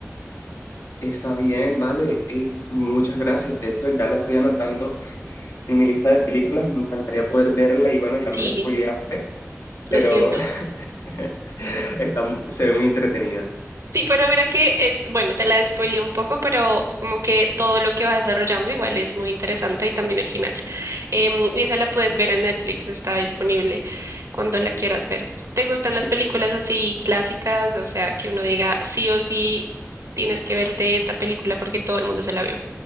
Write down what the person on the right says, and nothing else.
Sí,
lo siento.
Sí, pero mira que es, bueno, te la spoileé un poco, pero como que todo lo que va desarrollando igual es muy interesante y también el final. Em, y esa la puedes ver en Netflix, está disponible cuando la quieras ver. ¿Te gustan las
películas así clásicas? O sea, que uno diga sí o sí tienes que verte esta película porque todo el mundo se la vio.